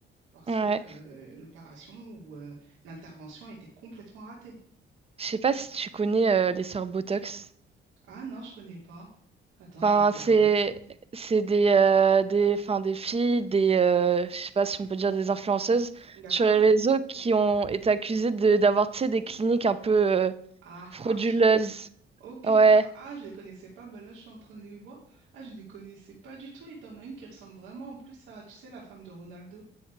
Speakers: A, on the right; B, on the right.
A: parce
B: ouais.
A: que euh, l'opération ou euh, l'intervention a été complètement ratée.
B: Je sais pas si tu connais euh, les sœurs Botox.
A: Ah non, je connais pas. Attends,
B: Enfin,
A: je vais regarder.
B: c'est c'est des euh, des enfin des filles, des euh, je sais pas si on peut dire des influenceuses
A: D'accord.
B: sur les réseaux qui ont été accusées de d'avoir tu sais, des cliniques un peu euh,
A: Ah,
B: frauduleuses.
A: partout. Ok,
B: Ouais,
A: d'accord. Ah, je les connaissais pas. Ben là, je suis en train de les voir. Ah, je les connaissais pas du tout. Et t'en as une qui ressemble vraiment en plus à, tu sais, la femme de Ronaldo.